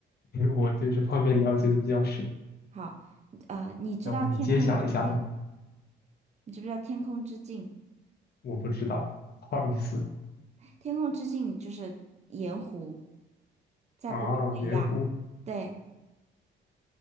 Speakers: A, on the left (about 55°); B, on the right (about 35°).
A: 因为我对这方面了解的比较少。
B: 好，呃，你知道天空之镜，
A: 要不你揭晓一下吧？
B: 你知不知道天空之镜？
A: 我不知道，不好意思。
B: 天空之镜就是盐湖，在玻利维亚，
A: 啊，盐湖
B: 对，